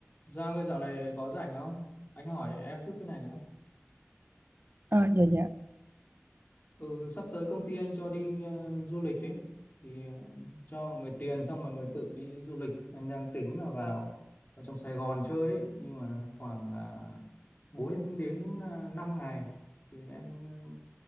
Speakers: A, on the left (about 40°); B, on the right (about 55°).
A: Giang ơi dạo này có rảnh không? Anh hỏi em chút cái này nữa.
B: À, dạ dạ.
A: Ừ, sắp tới công ty anh cho đi ờ, du lịch ấy. Thì ờ, cho mọi người tiền xong mọi người tự đi du lịch. Anh đang tính là vào vào trong Sài Gòn chơi ấy. Nhưng mà khoảng uh, 4 đến, đến uh, 5 ngày. Thì em ờ,